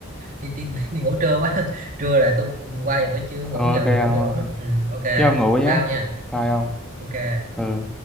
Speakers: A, on the right (about 40°); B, in the centre.
A: đi, đi, <laughs> đi ngủ trưa quá trưa rồi tôi qua giờ tôi chưa
B: ok
A: ngủ nhờ
B: ông
A: ngủ nhờ đủ nữa ừ, ok
B: chứ ông ngủ nhé
A: bao nha
B: bye ông
A: ok
B: ừ